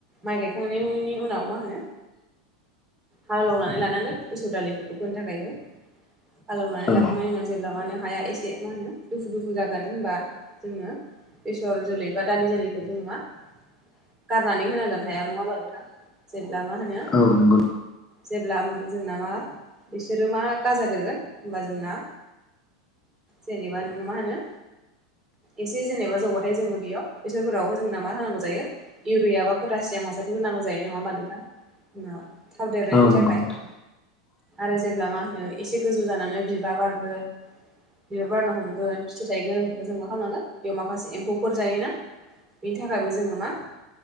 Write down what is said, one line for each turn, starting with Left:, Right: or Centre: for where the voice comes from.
Right: माइ गायखांनायनि नि उनाव मा होनो हालेवनानै लानांगोन बे सर दालिखौ। फोनो थाखायबो। हालौनानै
Left: औ
Right: लाखांनायनि उनाव जेब्ला माहोनो हाया एसे मा होनो दुफु दुफु जागोन होनबा जोङो बेसर जोलै बा दालि जोलैखौ जोङो मा गारनानै होनांगोन हायाव नङा होमबा नोंथां जेब्ला मा होनो
Left: औ नंगौ
Right: जेब्ला जोंना मा बिसोरो मा गाजा बेरगोन होनोमबा जोंना जेनेबा नोङो मा होनो एसे जेनेबा जौबाथाय जोङो बेयाव बेसरफोराव जोंना मा होनांगौ जायो इउरिया बा पटासियाम हासारखौ होन होनांगौ जायो नङा होमबा नोंथां ओ थाब देरनायनि
Left: औ नंगौ
Right: थाखाय।
Left: नोंथां
Right: आरो जेब्ला मा होनो एसे गोजौ जानानै बिबार बारगोन बिबार बारना हमगोन फिथाइ थायगोन जों मा खालामनांगोन बेयाव माखासे एम्फौफोर जायोना बिनि थाखायबो जोङो मा